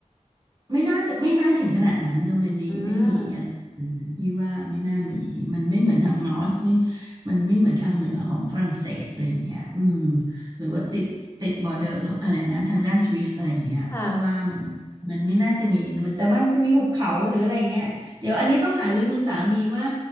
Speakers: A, on the right; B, on the left.
A: ไม่น่าถึงไม่น่าถึงขนาดนั้นโนแมนดีไม่มีอะไรอืมพี่ว่าไม่น่ามีมันไม่เหมือนทางนอร์สไม่
B: อืม
A: มันไม่เหมือนทางเหนือของฝรั่งเศสอะไรอย่างเงี้ยอืมหรือว่าติดติดบอร์เดอร์อะไรนะทางด้านสวิสอะไรอย่างเงี้ยพี่ว่ามัน
B: ค่ะ
A: มันไม่น่าจะมีมันแต่มันจะมีหุบเขาหรืออะไรอย่างเงี้ยเดี๋ยวอันนี้ต้องหารือคุณสามีว่า